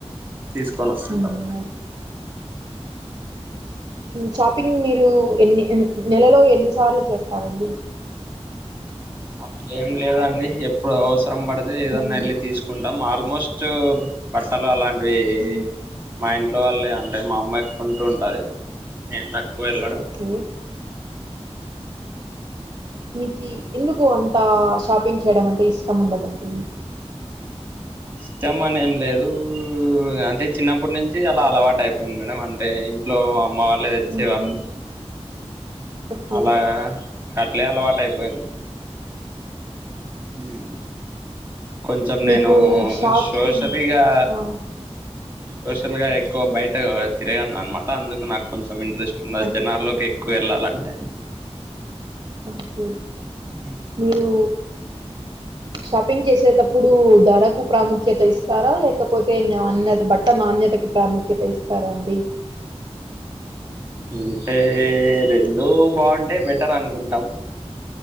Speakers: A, on the right (about 20°); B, on the right (about 40°).
A: తీసుకొని వొస్తుంటాం
B: హ్మ్. షాపింగ్ మీరు ఎన్ని నెలలో ఎన్ని సార్లు చేస్తారండి
A: అట్లా ఏం లేదండి ఎప్పుడు అవసరం పడితే ఏదన్నా
B: హ్మ్.
A: వెళ్ళి తీసుకుంటాం వాళ్ ఆల్మోస్ట్ బట్టలు అలాంటివి
B: హ్మ్.
A: మా ఇంట్లో వాళ్ళే అంటే మా అమ్మ యే కొంటూం టది నేను తక్కువ వెళ్ళడం
B: ఓకే మీకి ఎందుకు అంత షాపింగ్ చేయడం అంటే ఇష్టం ఉండదండి మీకు
A: ఇష్టం అనెం లేదు అంటే చిన్నప్పటి నుంచి అలా అలవాటు అయిపోయింది మేడం అంటే ఇంట్లో అమ్మ వాళ్ళే తెచ్చే
B: హ్మ్.
A: వాళ్ళు
B: ఓకే
A: అలా అట్లే అలవాటైపోయింది ఉమ్ కొంచెం నేను
B: మీకు షాపింగ్
A: షోషలిగా
B: ఆ!
A: సోషల్ గా ఎక్కువ బయట తిరగాను అనమాట అందుకు నాక్ కొంచెం ఇంట్రెస్ట్ ఉంన్నది
B: ఆహా!
A: జనాల్లోకి ఎక్ క్కు వెళ్ళాలంటే
B: ఓకే
A: ఉ
B: మీరూ షాపింగ్ చేసేతప్పుడు ధరకు ప్రాముఖ్యత ఇస్తారా లేకపోతే నాణ్య బట్ట నాణ్య తకు ప్రాముఖ్యత ఇస్తారా అండి
A: అంటే రెండు బాగుంటే బెటర్ అనుకుంటాం